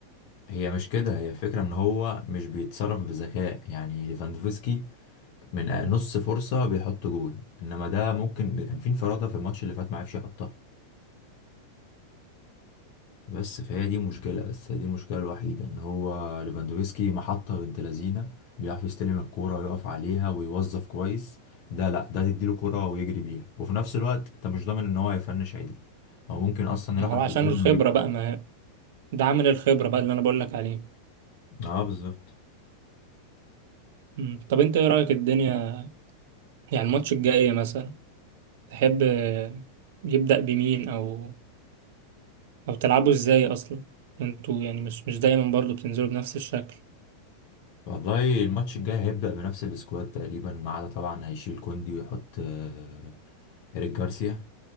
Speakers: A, on the left; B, on the right.
A: هي مش كده هي فكرة ان هو مش بيتصرف بذكاء يعني ليفاندوفسكي من نص فرصة بيحط جول انما ده ممكن كان في انفرادة في الماتش اللي فات ما عرفش يحطها بس فهي دي مشكلة بس هي دي المشكلة الوحيدة ان هو ليفاندوفسكي محطة بنت لذينة بيعرف يستلم الكورة ويقف عليها ويوظف كويس ده لا ده تديله كورة ويجري بيها وفي نفس الوقت انت مش ضامن ان هو هيفنش عدل هو ممكن اصلا
B: ما
A: يروح
B: هو
A: عند
B: عشان
A: الجول
B: الخبرة
A: ويجري
B: بقى ما ده عامل الخبرة بقى اللي أنا بقولك عليه
A: اه بالظبط
B: مم. طب أنت إيه رأيك الدنيا يعني الماتش الجاي مثلا تحب يبدأ بمين أو أو تلعبوا إزاي أصلا انتوا يعني مش مش دايما برضو بتنزلوا بنفس الشكل
A: والله الماتش الجاي هيبدأ بنفس السكواد تقريبا ما عدا طبعا هيشيل كوندي ويحط آه، إيريك جارسيا